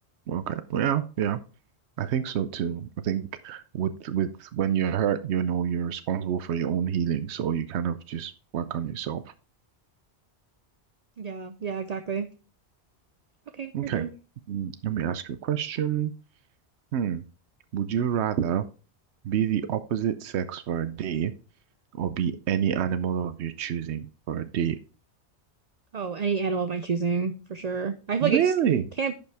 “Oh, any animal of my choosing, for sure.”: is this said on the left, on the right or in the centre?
Right